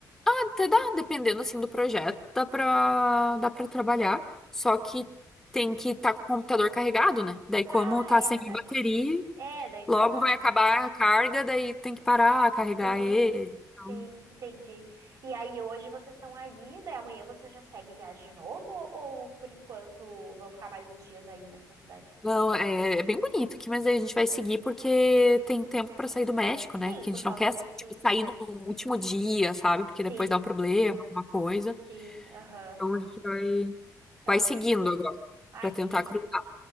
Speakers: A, in the centre; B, on the right.
A: Até dá, dependendo assim do projeto, dá pra, dá pra trabalhar, só que tem que estar com o computador carregado, né? Daí, como
B: Ah,
A: tá
B: é
A: sem
B: verdade.
A: bateria,
B: É, daí não
A: logo
B: dá,
A: vai acabar
B: né?
A: a carga, daí tem que parar, carregar
B: Sim,
A: ele. Então,
B: sim, entendi. E aí hoje vocês estão aí, daí amanhã vocês já seguem viagem de novo? Ou, ou por enquanto vão ficar mais uns dias aí nessa cidade?
A: Não, é, é bem bonito aqui, mas aí a gente vai seguir porque tem tempo pra sair do México, né?
B: Sim,
A: Porque
B: por
A: a gente
B: causa
A: não quer
B: do
A: assim,
B: tempo.
A: tipo, sair no último dia, sabe? Porque depois
B: Sim,
A: dá um problema, alguma coisa.
B: sim, aham,
A: Então a gente vai,
B: tá.
A: vai seguindo agora
B: Ah,
A: pra
B: entendi.
A: tentar cruzar.